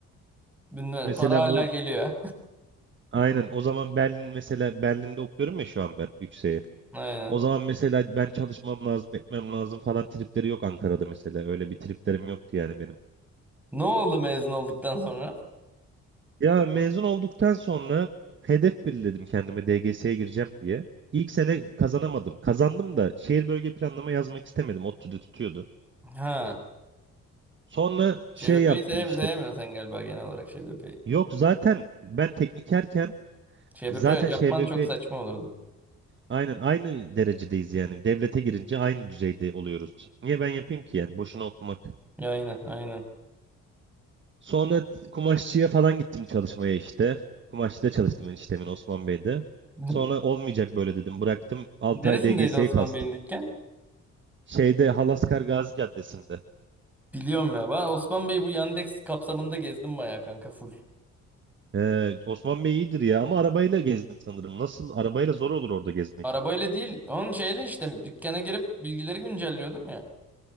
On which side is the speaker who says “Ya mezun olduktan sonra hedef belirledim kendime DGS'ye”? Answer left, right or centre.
Right